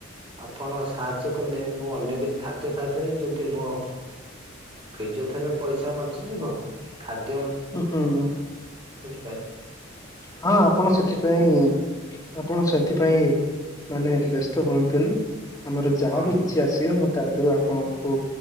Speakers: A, on the right; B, on the left.
A: ଆପଣ ସାହାଯ୍ୟ କଲେ ମୁଁ ଅନ୍ୟ କିଛି ଖାଦ୍ୟ ଖାଇପାରିବି ଯେମତି ମୋ ଫିଜିଓଥେରାପି ଥିଲେ ପଇସା ବଞ୍ଚିଯିବ ଖାଦ୍ୟ
B: ଉଁ ହୁଁ ହୁଁ।
A: ବୁଝିପାଇଲି
B: ହଁ ଆପଣ ସେଥିପାଇଁ ଆପଣ ସେଥିପାଇଁ ମାନେ ବ୍ୟସ୍ତ ହୁଅନ୍ତୁନି। ଆମର ଯାହାବି
A: ହଁ
B: କିଛି ଆସିବ ମୁଁ ତା ଦେହରୁ ଆପଣଙ୍କୁ